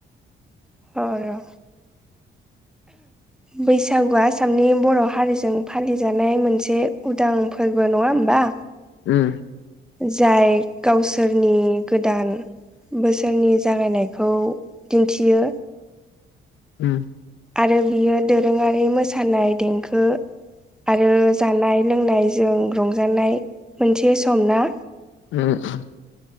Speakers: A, in the centre; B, on the left.
A: अ रो बैसागुआ आसामनि बर' हारिजों फालिजानाय मोनसे उदां फोरबो नङा होमबा
B: उम
A: जाय गावसोरनि गोदान बोसोरनि जागायनायखौ दिन्थियो।
B: उम
A: आरो बियो दोरोङारि मोसानाय देंखो आरो जानाय लोंनायजों रंजानाय मोनसे सम ना
B: उम